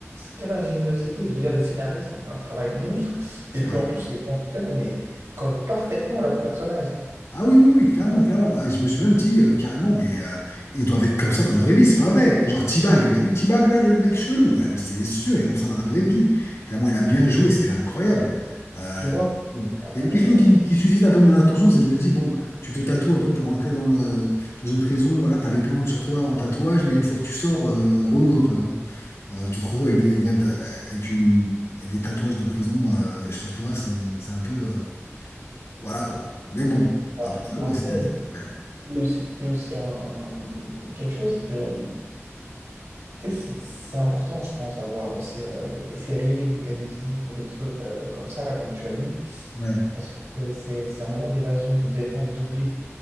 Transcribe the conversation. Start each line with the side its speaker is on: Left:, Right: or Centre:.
Right: quelle ingéniosité! Je veux dire, les scénaristes ont fait un travail monstre.
Left: c'est
Right: Et puis
Left: vrai.
Right: en plus, les acteurs, mais collent parfaitement à leur personnage.
Left: Ah oui, oui, oui, clairement, clairement. Ah, je me suis même dit euh, carrément, mais euh, ils doivent être comme ça dans la vraie vie, c'est pas vrai. Genre T-Bag, t'as vu T-Bag là, le, le mec chelou, ouais, c'est sûr, il est comme ça dans la vraie vie. Tellement il a bien joué, c'était incroyable. Euh,
Right: Tu vois?
Left: bon.
Right: Euh,
Left: Il y a une question qui, qui suscite un peu mon attention, c'est que je me dis, bon, tu te tatoues un peu pour rentrer dans, le- dans une prison, voilà, t'as les plantes sur toi en tatouage, mais une fois que tu sors, euh, relou un peu. hein. Euh, tu te retrouves avec des, avec une- avec des tatouages de prison euh, sur toi, c'est c'est un peu. euh, voilà quoi. Mais bon,
Right: ouais.
Left: après ça,
Right: Après.
Left: ouais, c'était c'était incroyable.
Right: Il y a aussi, il y a aussi un, hum, quelque chose, c'est que hum, tu sais, c'est c'est important, je pense, d'avoir aussi euh, des séries ou de la musique ou des trucs euh, comme ça, là, comme tu as dit,
Left: Ouais,
Right: parce que c'est c'est- c'est un moment d'évasion, de détente, d'oubli.